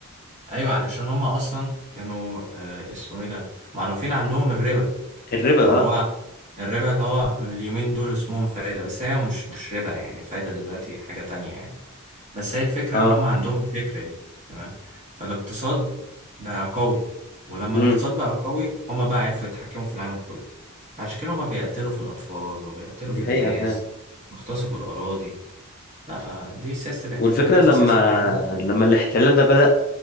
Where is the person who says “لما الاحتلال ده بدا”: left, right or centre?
Left